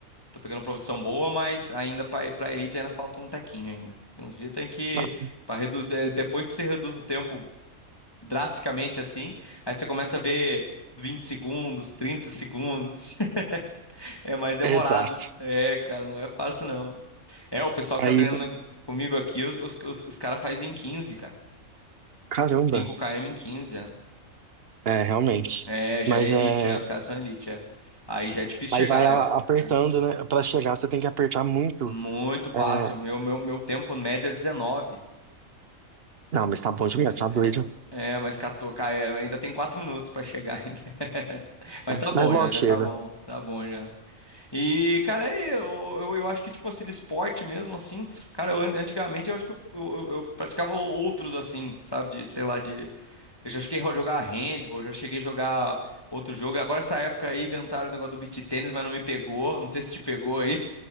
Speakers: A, on the left; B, on the right.
A: Tô pegando profissão boa, mas ainda pra, pra elite ainda falta um tequinho ainda. Tem Uns dias tem que.
B: Ah,
A: Pra reduzir, de- depois que você reduz o tempo drasticamente assim, aí você começa a ver 20 segundos, 30 segundos. <laughs> É mais demorado.
B: Exato.
A: É, cara, não é fácil não. É, o pessoal
B: Aí,
A: que tá treinando co- comigo aqui, os, os, os, os caras fazem em 15 cara.
B: caramba,
A: cinco km em 15 é.
B: é, realmente.
A: É, já
B: Mas
A: é elite,
B: é,
A: é, os caras são elite, é. Aí já é difícil
B: aí
A: chegar,
B: vai a- apertando,
A: é.
B: né? Pra chegar, você tem que apertar muito.
A: Muito
B: É,
A: fácil. Meu, meu, meu tempo médio é 19.
B: não, mas tá bom demais, tá
A: É,
B: doido.
A: é, mas catou, ca- é, ainda tem quatro minutos pra chegar ainda. <laughs> Mas
B: É,
A: tá bom
B: mas
A: já,
B: logo
A: já
B: chega.
A: tá bom, tá bom já. E, cara, é, eu, eu, eu acho que, tipo assim, de esporte mesmo, assim, cara, eu an- antigamente eu acho que eu, eu, eu- eu praticava outros, assim, sabe, de, sei lá, de... Eu já cheguei a jogar handball, já cheguei a jogar outro jogo. Agora, essa época aí, inventaram o negócio do beach tênis, mas não me pegou, não sei se te pegou aí.